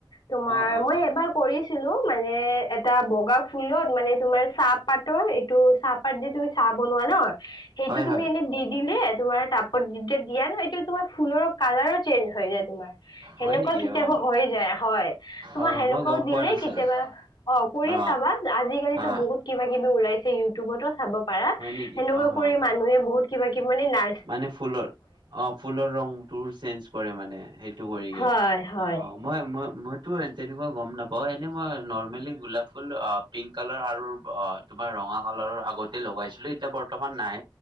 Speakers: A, on the left (about 75°); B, on the right (about 80°).
A: তোমাৰ
B: অ অ
A: মই
B: এই
A: এবাৰ কৰি- ছিলো মানে এটা বগা ফুলত মানে তোমাৰ চাহপাতৰ এইটো চাহ- পাত যে তুমি চাহ বনোৱা ন- সেইটো
B: হয়
A: তুমি
B: হয়
A: এনে দি দিলে, তোমাৰ তাপত যেতিয়া দিয়া ন এইটো তোমাৰ ফুলৰ- কালাৰো চেইঞ্জ হৈ যায় তোমাৰ। সেনেকুৱা
B: হয় নেকি
A: কেতিয়াবা
B: অ
A: হৈ যায়। হয়, তোমাৰ
B: অ
A: সেনেকুৱাও
B: মই গম
A: দিলে-
B: পোৱা নাছিলো
A: কেতিয়াবা অঁ কৰি
B: অ
A: চাবা আজিকালিতো
B: অ
A: বহুত কিবা কিবি ওলাইছে ইউটিউবতো চাব। পাৰা,
B: হয় নেকি
A: কেনেকুৱা
B: অ
A: কৰি মানুহে বহুত কিবা কিবি মানে না
B: মানে ফুলৰ অ ফুলৰ ৰংটোৰ চেঞ্জ কৰে মানে সেইটো কৰিগে
A: হয় হয়
B: অঁ। মই মই ত তেনেকুৱা গম নাপাওঁ এনে মই নৰ্মেলি গোলাপ ফুল অঁ পিংক কালাৰ আৰু অঁ তোমাৰ ৰঙা কালাৰৰ আগতে লগাইছিলো এতিয়া ব ৰ্তমান নাই